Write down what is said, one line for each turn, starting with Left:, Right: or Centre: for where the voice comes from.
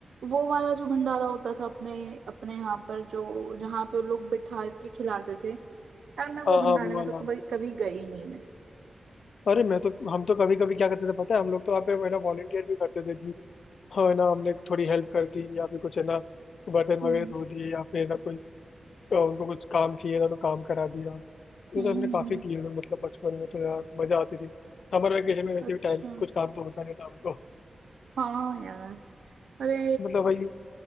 Right: वो वाला जो भंडारा होता था अपने अपने यहाँ पर जो जहाँ पे वो लोग बिठा के खिलाते थे यार मैं
Left: हाँ
Right: वो
Left: हाँ
Right: भंडारे
Left: वो
Right: में
Left: वाला
Right: तो कभी कभी गई ही नहीं मैं
Left: अरे मैं तो हम तो कभी कभी क्या करते थे पता है हम लोग तो आप है ना वॉलंटियर भी करते थे कि हाँ है ना हमने थोड़ी हेल्प कर दी या फिर कुछ है ना बर्तन
Right: हम्म
Left: वगैरह धो दिए या फिर है ना कोई अ, उनको कुछ काम चाहिए था तो काम करा दिया ये
Right: हम्म
Left: तो हमने काफी
Right: हम्म।
Left: किए हुए हैं, मतलब बचपन में तो यार मजा आती थी समर वेकेशन में वैसे
Right: अच्छा
Left: भी टाइम कुछ काम तो होता नहीं था हमको
Right: हाँ यार अरे
Left: मतलब वही